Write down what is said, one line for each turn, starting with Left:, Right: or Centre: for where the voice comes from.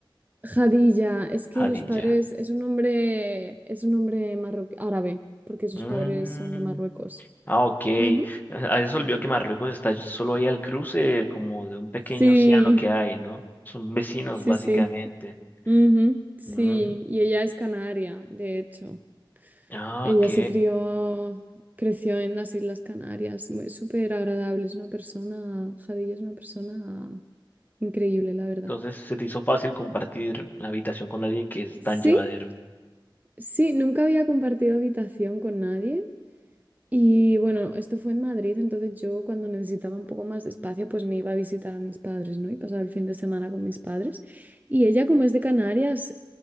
Right: Jadilla, es que
Left: Jadilla.
Right: los padres, es un hombre, es un hombre marroquí, árabe, porque sus
Left: Mm,
Right: padres son de Marruecos.
Left: ah, ok.
Right: Ujú.
Left: A eso olvidó que Marruecos está solo ahí al cruce, como de un pequeño
Right: Sí,
Left: océano que hay, ¿no? Son vecinos,
Right: sí,
Left: básicamente.
Right: sí. Ujú, Sí,
Left: Mm,
Right: y ella es canaria, de hecho.
Left: ah,
Right: Ella
Left: ok.
Right: se crió, creció en las Islas Canarias, muy- súper agradable, es una persona, Jadilla es una persona increíble, la verdad.
Left: Entonces se te hizo fácil compartir habitación con alguien que es tan
Right: Sí,
Left: llevadero.
Right: sí, nunca había compartido habitación con nadie, Y bueno, esto fue en Madrid, entonces yo cuando necesitaba un poco más de espacio, pues me iba a visitar a mis padres, ¿no? Y pasaba el fin de semana con mis padres. Y ella, como es de Canarias,